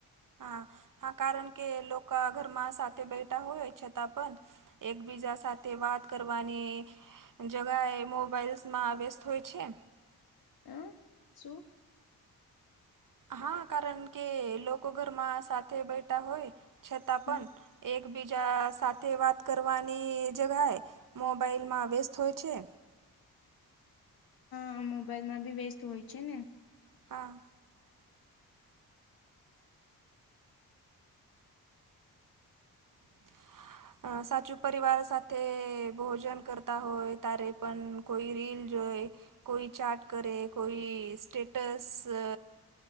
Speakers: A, on the right; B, on the left.
A: હા હા કારણ કે લોકો ઘરમાં સાથે બેઠા હોય છતા પણ એકબીજા સાથે વાત કરવાની જગા એ મોબાઈલ્સમાં વ્યસ્ત હોય છે
B: હ શું
A: હા કારણ કે લોકો ઘરમાં સાથે બેઠા હોય છતાં
B: હમ
A: પણ એક બીજા સાથે વાત કરવાની જગાએ મોબાઈલમાં વ્યસ્ત હોય છે
B: હ મોબાઈલમાં ભી વ્યસ્ત હોય છે ને
A: હા. <unintelligible> અ સાચું પરિવાર સાથે ભોજન કરતા હોય તારે પણ કોઈ રીલ જોય કોઈ ચાર્ટ કરે કોઈ સ્ટેટસ અ